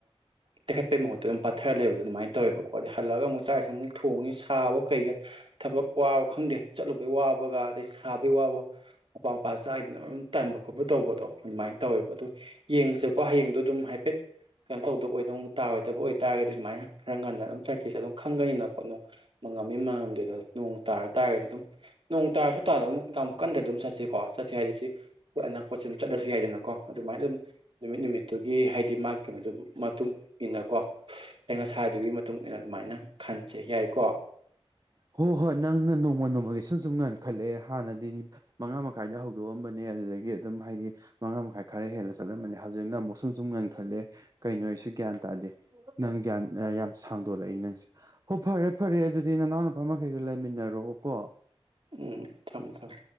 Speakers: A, on the right (about 60°); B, on the right (about 35°).
A: ꯇꯩꯈꯠꯄꯒꯤ ꯃꯍꯨꯠꯇ ꯑꯗꯨꯝ ꯄꯠꯊꯔ ꯂꯩꯕꯗꯣ ꯑꯗꯨꯃꯥꯏꯅ ꯇꯧꯋꯦꯕꯀꯣ ꯑꯗ ꯍꯜꯂꯛꯑꯒ ꯑꯃꯨꯛ ꯆꯥꯛꯁꯦ ꯑꯃꯨꯛ ꯊꯣꯡꯉꯤ ꯁꯥꯕ ꯀꯩꯒ ꯊꯕꯛ ꯋꯥꯕ ꯈꯪꯗꯦ ꯆꯠꯂꯨꯕꯩ ꯋꯥꯕꯒ ꯑꯗꯩ ꯁꯥꯕꯒꯤ ꯋꯥꯕ ꯃꯄꯥ ꯃꯄꯥ ꯆꯥꯗꯅ ꯑꯗꯨꯝ ꯇꯟꯥꯟꯕ ꯈꯣꯠꯄ ꯇꯧꯕꯗꯣ ꯑꯗꯨꯃꯥꯏꯅ ꯇꯧꯋꯦꯕ ꯑ ꯍꯌꯦꯡꯁꯦꯀꯣ ꯍꯌꯦꯡꯗꯣ ꯑꯗꯨꯝ ꯍꯥꯏꯐꯦꯠ ꯀꯩꯅꯣ ꯇꯧꯗꯕ ꯑꯣꯏꯗ ꯇꯥꯔꯣꯏꯗꯕ ꯑꯣꯏꯕꯇꯥꯥꯔꯒꯗꯤ ꯑꯗꯨꯃꯥꯏꯅ ꯈꯔ ꯉꯟꯅ ꯑꯗꯨꯝ ꯆꯠꯈꯤꯁꯦ ꯑꯗꯨꯝ ꯈꯪꯒꯅꯤꯅ ꯈꯣꯠꯅꯅꯨꯡ ꯉꯝꯃꯤ ꯃꯉꯝꯗꯦꯗ ꯅꯣꯡ ꯇꯥꯔ ꯇꯥꯔꯒꯗꯤ ꯑꯗꯨꯝ ꯅꯣꯡ ꯇꯥꯔꯁꯨ ꯍꯞꯇꯥꯗ ꯑꯗꯨ ꯌꯥꯝ ꯀꯟꯗ꯭ꯔ ꯑꯗꯨꯝ ꯆꯠꯁꯤꯀꯣ ꯆꯠꯁꯦ ꯍꯥꯏꯗꯤ ꯁꯤꯣꯏ ꯑꯅꯛꯄꯁꯤ ꯑꯗꯨꯝ ꯆꯠꯂꯁꯨ ꯌꯥꯏꯗꯅꯀꯣ ꯑꯗꯨꯃꯥꯏꯅ ꯑꯗꯨꯝ ꯅꯨꯃꯤꯠ ꯅꯨꯃꯤꯠꯇꯨꯒꯤ ꯍꯥꯏꯗꯤ ꯃꯥꯒꯤ ꯀꯩꯅꯣꯗꯨꯒꯤ ꯃꯇꯨꯡ ꯏꯟꯅꯀꯣ ꯑ ꯉꯁꯥꯗꯨꯒꯤ ꯃꯇꯨꯡ ꯏꯟꯅ ꯑꯗꯨꯃꯥꯏꯅ ꯈꯟꯁꯦ ꯌꯥꯏꯀꯣ
B: ꯍꯣꯏ ꯍꯣꯏ ꯅꯪꯅ ꯅꯣꯡꯃ ꯅꯣꯡꯃꯒꯤ ꯁꯨꯝ ꯁꯨꯝ ꯉꯟꯈꯠꯂꯛꯑꯦ ꯍꯥꯟꯅꯗꯤ ꯃꯉꯥ ꯃꯈꯥꯏꯗ ꯍꯧꯗꯣꯛꯑꯝꯕꯅꯦ ꯑꯗꯨꯗꯒꯤ ꯑꯗꯨꯝ ꯍꯥꯏꯗꯤ ꯃꯉꯥ ꯃꯈꯥꯏ ꯈꯔ ꯍꯦꯜꯂ ꯆꯠꯂꯝꯕꯅꯤ ꯍꯧꯖꯤꯛꯅ ꯑꯃꯨꯛ ꯁꯨꯝ ꯁꯨꯝ ꯉꯟꯈꯠꯂꯦ ꯀꯩꯅꯣ ꯒ꯭ꯌꯥꯟ ꯇꯥꯔꯦ ꯅ ꯒ꯭ꯌꯥ ꯌꯥꯝ ꯁꯥꯡꯗꯣꯂꯛꯏ ꯅꯪꯁꯦ ꯍꯣꯏ ꯐꯔꯦ ꯐꯔꯦ ꯑꯗꯨꯗꯤ ꯅꯪꯅꯥꯎ ꯈꯣꯏ ꯃꯈꯩꯒ ꯂꯩꯃꯤꯟꯅꯔꯛꯑꯣꯀꯣ
A: ꯎꯝ ꯊꯝꯃꯦ ꯊꯝꯃꯦ